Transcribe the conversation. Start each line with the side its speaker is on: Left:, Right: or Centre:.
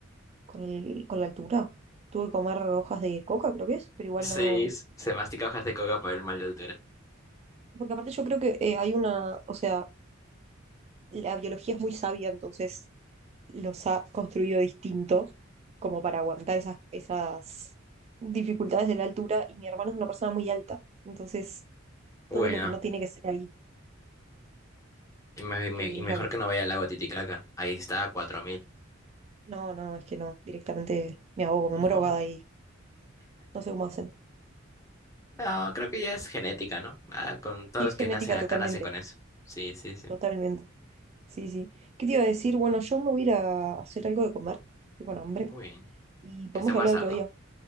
Right: con el- con la altura. Tuve que comer hojas de coca, creo que es, pero igual
Left: Sí,
Right: no.
Left: s- se mastica hojas de coca por el mal de altura.
Right: Porque aparte yo creo que eh, hay una, o sea, la biología es muy sabia, entonces los ha construido distintos como para aguantar esas, esas dificultades de la altura. Y mi hermano es una persona muy alta, entonces
Left: Bueno,
Right: todo lo que no tiene que ser ahí,
Left: y, me-
Right: porque
Left: me- y
Right: es
Left: mejor
Right: la que...
Left: que no vaya al lago Titicaca. Ahí está a 4000.
Right: No, no, es que no, directamente me ahogo, me
Left: <laughs>
Right: muero ahogada y No sé cómo hacer.
Left: No, creo que ya es genética, ¿no? Ah, con todos
Right: Sí, es
Left: los que
Right: genética
Left: nacen acá
Right: totalmente,
Left: nacen con eso. Sí, sí, sí.
Right: totalmente. Sí, sí. ¿Qué te iba a decir? Bueno, yo me voy a ir a hacer algo de comer, estoy con hambre,
Left: Uy,
Right: y podemos
Left: que sea un
Right: hablar
Left: asado.
Right: otro día.